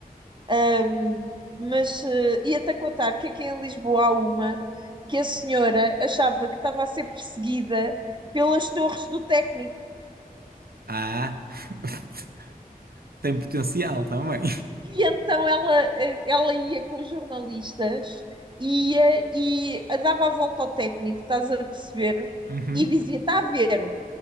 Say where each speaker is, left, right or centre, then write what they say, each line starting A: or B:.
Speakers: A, on the right (about 30°); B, on the right (about 80°).
A: Hum, Mas eh, ia-te a contar que aqui em Lisboa há uma que a senhora achava que estava a ser perseguida pelas torres do Técnico.
B: Ah, <laughs> tem potencial também.
A: E então ela, ela ia com os jornalistas, ia e dava a volta ao técnico, estás a perceber?
B: Uhum,
A: E dizia: está a ver,